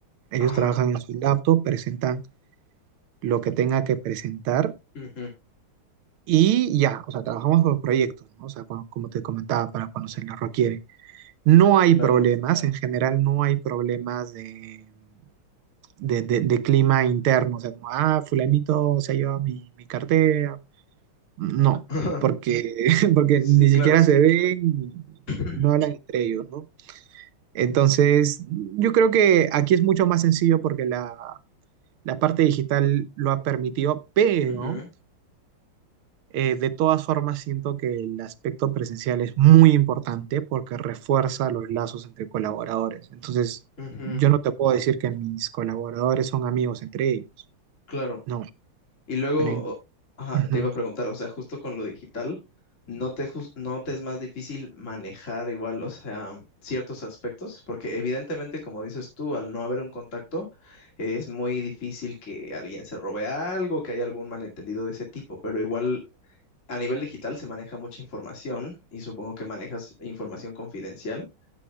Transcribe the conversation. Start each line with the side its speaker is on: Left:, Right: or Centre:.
Right: ellos
Left: Ajá.
Right: trabajan en su laptop, presentan lo que tenga que presentar
Left: ujú,
Right: Y ya, o sea, trabajamos por proyectos, ¿no? O sea, como, como te comentaba, para cuando se lo requiere. No hay
Left: claro.
Right: problemas, en general no hay problemas de, de, de- de clima interno, o sea, como, ah, fulanito se ha llevado mi, mi cartera. No,
Left: <laughs>
Right: porque, <laughs> porque
Left: Sí,
Right: ni
Left: claro.
Right: siquiera se ven y
Left: <clears throat>
Right: no hablan entre ellos, ¿no? Entonces, yo creo que aquí es mucho más sencillo porque la, la parte digital lo ha permitido, pero...
Left: Ujú,
Right: Eh, de todas formas, siento que el aspecto presencial es muy importante porque refuerza los lazos entre colaboradores. Entonces,
Left: ujú,
Right: yo no te puedo decir que mis colaboradores son amigos entre ellos.
Left: claro.
Right: No,
Left: Y luego,
Right: pero... en-
Left: o- ajá,
Right: Ujú,
Left: te iba a preguntar, o sea, justo con lo digital, ¿no te, jus- no te es más difícil manejar igual, o sea, ciertos aspectos? Porque evidentemente, como dices tú, al no haber un contacto, es muy difícil que alguien se robe algo, que haya algún malentendido de ese tipo, pero igual a nivel digital se maneja mucha información y supongo que manejas información confidencial.